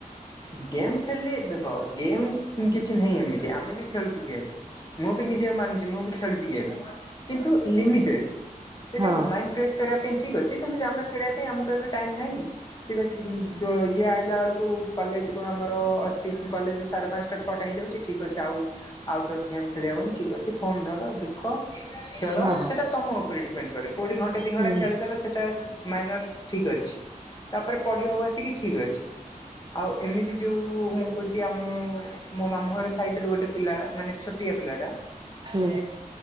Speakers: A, on the left; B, on the right.
A: ଗେମ୍ ଖେଳିଲି ଦେଖ ଗେମ୍ କିଛି ନାହିଁ ଏମିତି ଆମେ ବି ଖେଳୁଛୁ ଗେମ୍। ମୁଁ ବି ନିଜେ ମାନୁଛି ମୁଁ ବି ଖେଳୁଛି ଗେମ୍ କିନ୍ତୁ ଲିମିଟେଡ । ସେଇଟା
B: ହଁ
A: କଣ ମାଇଣ୍ଡ ଫ୍ରେଶ କରିବା ପାଇଁ ଠିକ୍ ଅଛି ତମେ ଯାଉନ ଖେଳିବା ପାଇଁ ଆମକୁ ଏହବେ ଟାଇମ୍ମ ନାହିଁ ଠିକ ଅଛି ଇଏ ଆଇଲା ବେଳକୁ କଲେଜ ରୁ ଆମର ଅଛି କଲେଜ ରୁ ସାଢେ ପାଞ୍ଚଟା ଛଅଟା ହେଇଯାଉଛି ଠିକ୍ ଅଛି ଆଉ ଆଉଟଡୋର ଗେମ୍ ଖେଳିବା। ଭାଇ ଠିକ୍ ଅଛି ଫୋନ୍ ଧର ଦେଖ। ଖେଳ
B: ହଁ
A: ସେଇଟା ତମ ଉପରେ ଡିପେଣ୍ଡ କରେ କୋଉଠି ଘଣ୍ଟେ ଦି ଘଣ୍ଟା
B: ହୁଁ
A: ଖେଳିଦେଲେ ସେଟା ମାଇନର ଠିକ୍‌ ଅଛି ତାପରେ ପଢିବା ବସିକି ଠିକ ଅଛି। ଆଉ ଏମିତି ଯୋଉ ମୁଁ କହୁଛି ଆମ ମୋ ମାମୁଁ ଘର ସାଇଟରେ ଗୋଟେ ପିଲା ମାନେ ଛୋଟିଆ ପିଲା ହେଟା
B: ହୁଁ।
A: ସେ